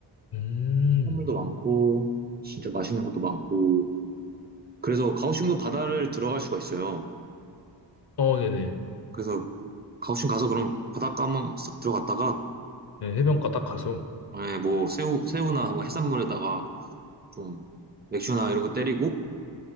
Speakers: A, on the left (about 60°); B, on the right (about 25°).
A: 음.
B: 해산물도 많고 진짜 맛있는 것도 많고 그래서 가오슝도 바다를 들어갈 수가 있어요
A: 어, 네네.
B: 그래서 가오슝 가서 그럼 바닷가 한번 싹 들어갔다가
A: 예, 해변가 딱 가서.
B: 예, 뭐 새우 새우나 뭐 해산물에다가 좀 맥주나 이런 거 때리고